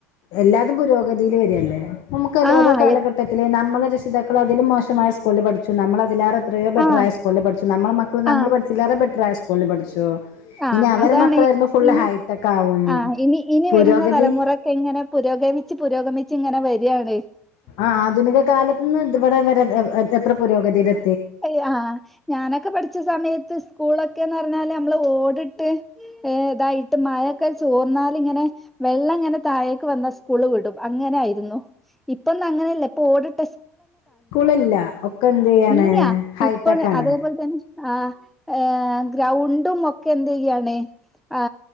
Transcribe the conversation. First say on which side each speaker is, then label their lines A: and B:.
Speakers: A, on the left; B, in the centre.
A: എല്ലാതും പുരോഗതിയിൽ വര് അല്ലെ <unintelligible> നമുക്കല്ലേ
B: ആഹ്
A: ഓരോ കാലഘട്ടത്തില് നമ്മള് <unintelligible> അതിലും മോശമായ സ്കൂളില് പഠിച്ചു നമ്മള് അതിലാറെ എത്രയോ ബെറ്ററായ
B: ആഹ്
A: സ്കൂളിൽ പഠിച്ചു നമ്മള മക്കൾ നമ്മൾ
B: ആഹ്
A: പഠിച്ചില്ലല്ലാരേ ബെറ്ററായ സ് <unintelligible> പഠിച്ചോ
B: ആഹ്
A: ഇനി അവരെ
B: അതാണ്
A: മക്കള് വരുമ്പോ ഫുള്ള്
B: ഇനി
A: ഹൈടെക്ക് ആവും
B: ആഹ് ഇനി ഇനി
A: പുരോഗതി
B: വരുന്ന തലമുറൊക്കെ ഇങ്ങനെ പുരോഗമിച്ച് പുരോഗമിച്ച് ഇങ്ങനെ വര്യാണ്
A: ആ ആധുനിക കാലത്ത്ന്ന് ത് ഇവിടെ വരെ എത്ര പുരോഗതില്
B: അയ്യാ ആ ഞാനൊക്കെ പഠിച്ച സമയത്ത് സ്കൂളൊക്കെന്ന് പറഞ്ഞാല് നമ്മള് ഓടിട്ട് ഏ ഇതായിട്ട് മഴൊക്കെ ചോർന്നാൽ ഇങ്ങനെ വെള്ളം ഇങ്ങനെ താഴേക്ക് വന്നാ സ്കൂള് വിടും അങ്ങനെ ആയിരുന്നു ഇപ്പൊന്നും അങ്ങനെയല്ല ഇപ്പൊ ഓടിട്ട്
A: സ്കൂളല്ല ഒക്കെ എന്ത് ചെയ്യാണ്
B: <unintelligible>
A: ഹൈടെക്
B: ഇപ്പൊ
A: ആണ്
B: അതേപോലെ തന് ആ ഏ ഗ്രൗണ്ടും ഒക്കെ എന്തെയ്യാണ് ആ